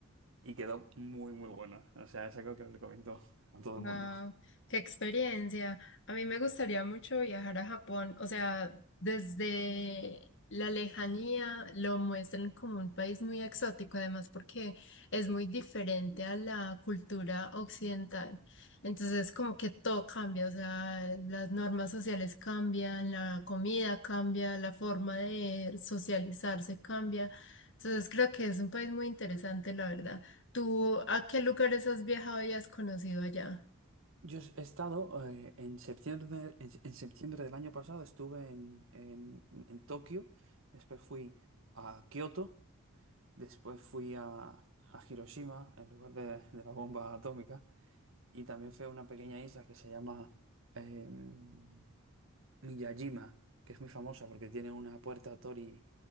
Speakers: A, on the right (about 60°); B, on the left (about 55°).
A: y quedó muy, muy bueno. O sea, es algo que le recomiendo a todo
B: Wow,
A: el mundo.
B: qué experiencia. A mí me gustaría mucho viajar a Japón. O sea, desde la lejanía lo muestran como un país muy exótico, además porque es muy diferente a la cultura occidental. Entonces, como que todo cambia, o sea, las normas sociales cambian, la comida cambia, la forma de socializarse cambia. Entonces, creo que es un país muy interesante, la verdad. ¿Tú a qué lugares has viajado y has conocido allá?
A: Yo he estado eh, en septiembre, en, en septiembre del año pasado, estuve en, en- en Tokio, después fui a Kioto, después fui a, a Hiroshima, en lugar de, de la bomba atómica, y también fui a una pequeña isla que se llama em, Miyajima, que es muy famosa porque tiene una puerta Tori